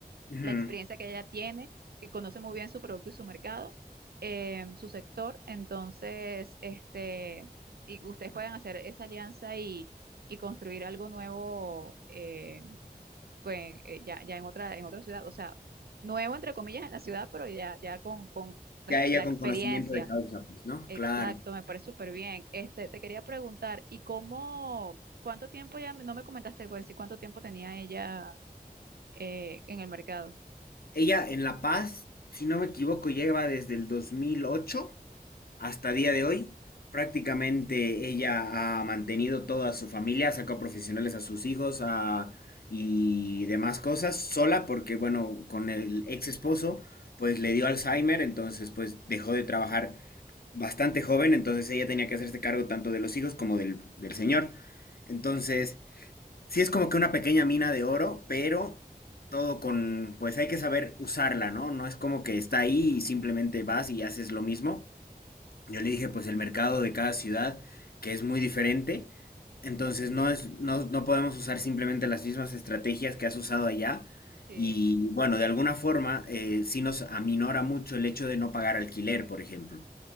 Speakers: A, on the left; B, on the right.
A: Ujú.
B: la experiencia que ella tiene, que conoce muy bien su producto y su mercado, eh, su sector. Entonces, este, y ustedes pueden hacer esa alianza y, y construir algo nuevo eh, con- eh, ya, ya en otra, en otra ciudad. O sea, nuevo entre comillas en la ciudad, pero ya, ya con, con pues,
A: Ya ella
B: la experiencia.
A: con conocimiento de causa, pues, ¿no?
B: Exacto,
A: Claro.
B: me parece súper bien. Este, te quería preguntar, ¿y cómo, cuánto tiempo ya, me- no me comentaste, Gwen, si cuánto tiempo tenía ella eh, en el mercado?
A: Ella en La Paz, si no me equivoco, lleva desde el 2008 hasta día de hoy. Prácticamente ella ha mantenido toda su familia, sacó profesionales a sus hijos a- y demás cosas sola porque, bueno, con el ex esposo, pues le dio Alzheimer, entonces pues dejó de trabajar bastante joven, entonces ella tenía que hacerse cargo tanto de los hijos como del, del señor. Entonces... Sí, es como que una pequeña mina de oro, pero todo con, pues hay que saber usarla, ¿no? No es como que está ahí y simplemente vas y haces lo mismo. Yo le dije, pues el mercado de cada ciudad, que es muy diferente, entonces no es, no, no podemos usar simplemente las mismas estrategias que has usado allá.
B: Sí.
A: Y bueno, de alguna forma, eh, sí nos aminora mucho el hecho de no pagar alquiler, por ejemplo.